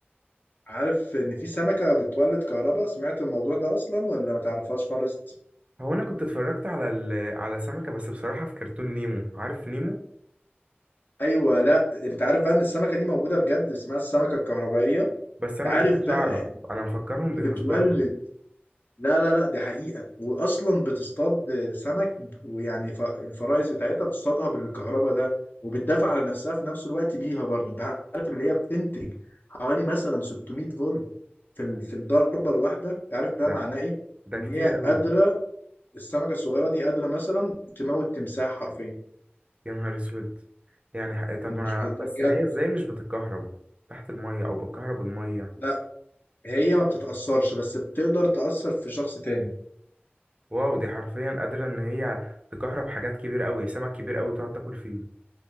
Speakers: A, on the left (about 55°); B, on the right (about 30°).
A: عارف إن في سمكة بتولد كهرباء سمعت الموضوع ده أصلا ولا ما تعرفهاش خالص؟
B: هو انا كنت اتفرجت على ال... على سمكة بس بصراحة في كرتون نيمو عارف نيمو
A: ايوه لا انت عارف بقى ان السمكه دي موجوده بجد اسمها السمكه الكهربائيه
B: بس انا
A: عارف
B: ما كنتش
A: بقى
B: اعرف
A: ان
B: انا مفكرهم
A: هي
B: بيهزروا
A: بتولد لا لا لا دي حقيقه واصلا بتصطاد سمك ب- ويعني ف- الفرائس بتاعتها بتصطادها بالكهرباء ده وبتدافع على نفسها في نفس الوقت بيها برضه انت عارف اللي هي بتنتج حوالي مثلا 600 فولت في ال- في الضربه الواحده انت عارف ده
B: ده
A: معناه ايه
B: ده
A: ان
B: كتير
A: هي
B: قوي
A: قادره السمكه الصغيره دي قادره مثلا تموت تمساح حرفيا
B: يا نهار اسود يعني ح- طب
A: مش
B: ما
A: ده
B: بس
A: بجد
B: هي ازاي مش بتتكهرب تحت المية او بتكهرب المية
A: لا هي ما بتتأثرش بس بتقدر تأثر في شخص تاني
B: واو دي حرفيا قادرة ان هي تكهرب حاجات كبير قوي سمك كبير قوي تقعد تاكل فيه